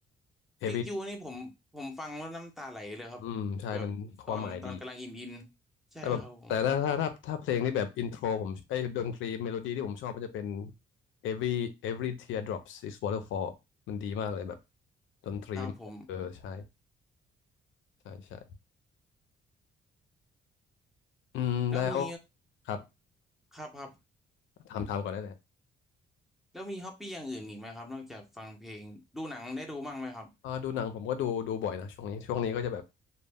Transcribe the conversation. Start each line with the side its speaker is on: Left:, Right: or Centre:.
Left: เฮฟวี่
Centre: ฟิกยูนี่ผมผมฟังแล้วน้ำตาไหลเลยครับแบบตอนตอนกำลังอินอิน
Left: อืมใช่มันความหมายดี
Centre: ใช่ครับผม
Left: แต่แบบแต่ถ้าถ้าถ้าถ้าเพลงนี่แบบอินโทรผมไอ้ยดนตรีเมโลดี้ที่ผมชอบมันจะเป็น every every tear drops is waterfall มันดีมากเลยแบบดนตรีมันเออใช่
Centre: ครับผม
Left: ใช่ใช่อืมแล้ว
Centre: แล้วมี
Left: ครับ
Centre: ครับครับ
Left: ทำทำก่อนได้เลย
Centre: แล้วมีฮอปปี้อย่างอื่นอีกไหมครับนอกจากฟังเพลงดูหนังได้ดูบ้างไหมครับ
Left: อ่าดูหนังผมก็ดูดูบ่อยนะช่วงนี้ช่วงนี้ก็จะแบบ